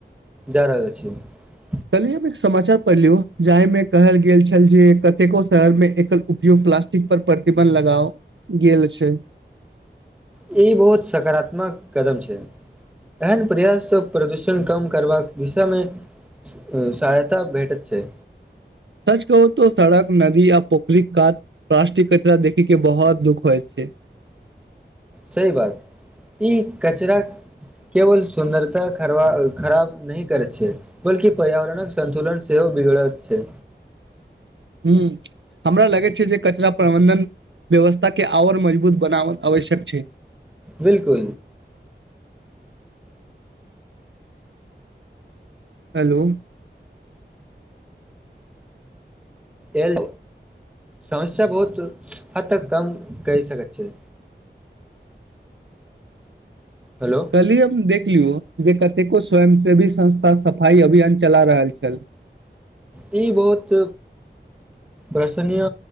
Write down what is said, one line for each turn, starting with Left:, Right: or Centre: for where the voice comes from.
Centre: जा रहल रहल छै।
Right: कल्हि हम एक समाचार पढ़ लियौ जाहिमे कहल गेल छल जे कतेको शहरमे एकल उपयोग प्लास्टिक परर प्रतिबन्ध लगाओल गेल छै।
Centre: ई बहुत सकारात्मक कदम छै एहन प्रयाससँ प्रदूषण कम करबाक दिशामे सहायता भेटैत छै।
Right: सच कहू त सड़क नदी य पोखरी क प्लास्टिक कचरा देखीे बहुत दुःख हो छै।
Centre: सही बात ई कचरा केवल सुन्दरता खबा खराब नहि करैत छै बल्कि पर्यावरणक सन्तुलन सेहो बिगड़ैत छै।
Right: ह हमरा लगैत छै जे कचरा प्रबंधन व्यवस्था के आओर मजबूत बना आवश्यक छै।
Centre: बिलकुल।
Right: हेलो।
Centre: एहि समस्या बहुत हद तक कम करि सकैत छै। हेलो
Right: कली हम देखलियौ जे कतेको स्वयंसेवी संस्था सफाई अ अभियान चला रहल छल।
Centre: ई बहुत प्रसनीय